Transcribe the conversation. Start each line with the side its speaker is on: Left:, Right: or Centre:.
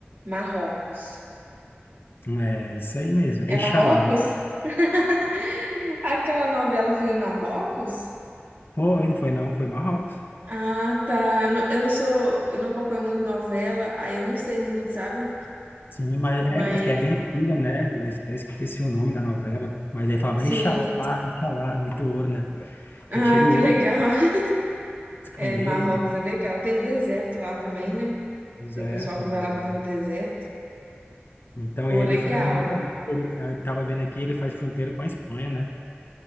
Right: Marrocos.
Left: É isso aí mesmo. Eixalá.
Right: É Marrocos? <laughs> Aquela novela foi em Marrocos?
Left: Foi, não foi não, foi Marrocos.
Right: Ah, tá. Eu não, eu não sou, eu não acompanho muito novela, aí eu não sei muito, sabe?
Left: Sim, mas
Right: Mas
Left: é, é que é bem antiga, né? Eu esque- esqueci o nome da novela. Mas aí falava,
Right: sim.
Left: Exalá, Exalá, muito ouro, né?
Right: Ai,
Left: Que é cheio de ouro,
Right: que legal. <laughs>
Left: os camelos,
Right: É, Marrocos
Left: né?
Right: é legal. Tem o deserto lá também, né?
Left: Pois
Right: Tem
Left: é,
Right: o pessoal que vai lá pra
Left: pois
Right: ver
Left: é.
Right: o deserto.
Left: Então,
Right: Pô,
Left: e aí
Right: legal.
Left: ele, fa- eu não sabia, ele, eu tava vendo aqui, ele faz fronteira com a Espanha, né?